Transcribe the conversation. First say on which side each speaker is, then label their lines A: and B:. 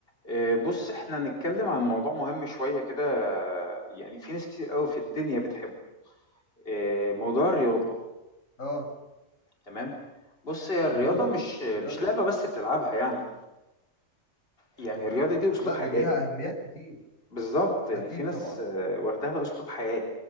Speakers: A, on the left; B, on the left.
A: آه، بص احنا هنتكلم عن موضوع مهم شوية كده آه، يعني في ناس كتير قوي في الدنيا بتحبه آه، موضوع الرياضة
B: اه
A: تمام بص هي
B: الرياضة
A: الرياضة مش
B: دي
A: مش
B: الرياضة
A: لعبة
B: دي
A: بس بتلعبها يعني يعني الرياضة دي أسلوب
B: لا
A: حياة
B: دي ليها أهميات كتير
A: بالضبط، يعني
B: أكيد
A: في ناس
B: طبعا
A: آه، واخداها أسلوب حياة،